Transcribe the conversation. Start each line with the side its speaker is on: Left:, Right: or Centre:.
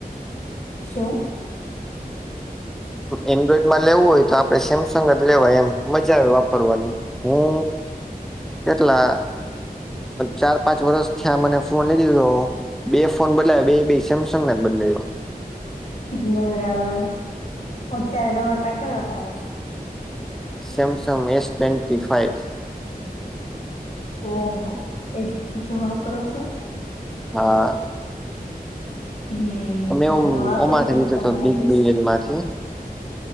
Left: શું?
Centre: એન્ડ્રોઈડ માં લેવું હોય તો આપણે સેમસંગ જ લેવાય એમ મજા આવે વાપરવાની. હું કેટલા ચાર પાંચ વર્ષ ત્યાં મને ફોન લઈ દીધો બે ફોન બદલાયો બે બે સેમસંગ ના જ બદલાયો.
Left: બરાબર અત્યારે તમારી પાય કયો phone?
Centre: Samsung S twenty five.
Left: ઓહો એટલી <inaudible> વાપરો છો
Centre: હા.
Left: હે
Centre: મેં
Left: તમે
Centre: ઓમ-
Left: તો વાપરો
Centre: ઓમાંથી
Left: જને
Centre: લીધો
Left: તમારા
Centre: હતો બિગ
Left: પૈસા.
Centre: <inaudible>